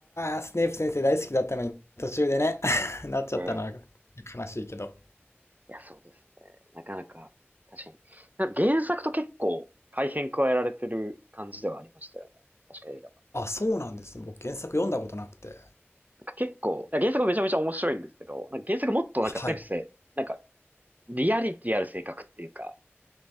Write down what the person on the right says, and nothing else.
えいや、そうですね。なかなか、確かに。なんか原作と結構改変加えられてる感じではありましたよね。確か映画は。
なんか結構、いや原作もめちゃめちゃ面白いんですけど、なんか原作もっとなんかスネイプ先生、
なんかリアリティある性格っていうか、